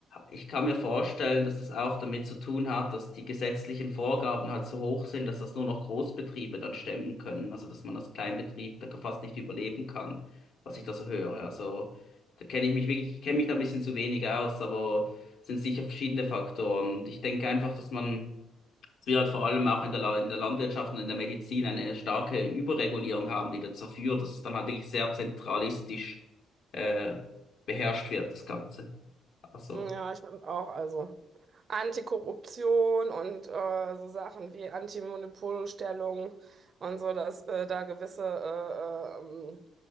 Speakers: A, on the left; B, on the right.
A: ich kann mir vorstellen, dass das auch damit zu tun hat, dass die gesetzlichen Vorgaben halt so hoch sind, dass das nur noch Großbetriebe dann stemmen können. Also dass man als Kleinbetrieb da fast nicht überleben kann, was ich da so höre. Also da kenne ich mich wirklich, ich kenne mich da ein bisschen zu wenig aus, aber es sind sicher verschiedene Faktoren. Und ich denke einfach, dass man wir halt vor allem auch in der, La- in der Landwirtschaft und in der Medizin eine starke Überregulierung haben, die dazu führt, dass es dann halt wirklich sehr zentralistisch äh, beherrscht wird, das Ganze. Also,
B: Ja, ich finde auch, also Antikorruption und äh, so Sachen wie Antimonopolstellung und so, dass äh, da gewisse äh, äh, ähm,